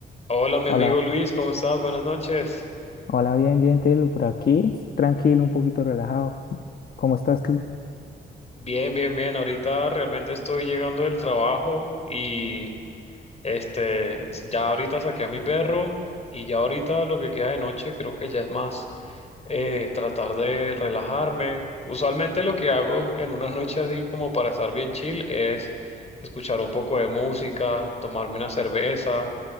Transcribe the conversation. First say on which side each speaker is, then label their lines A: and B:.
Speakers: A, on the left; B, on the left.
A: Hola, mi
B: Hola,
A: amigo Luis, ¿cómo estás? Buenas noches.
B: hola, bien, bien, Taylor, por aquí, tranquilo, un poquito relajado. ¿Cómo estás tú?
A: Bien, bien, bien. Ahorita realmente estoy llegando del trabajo y este, ya ahorita saqué a mi perro y ya ahorita lo que queda de noche creo que ya es más eh, tratar de relajarme. Usualmente lo que hago en una noche así como para estar bien chill es escuchar un poco de música, tomarme una cerveza,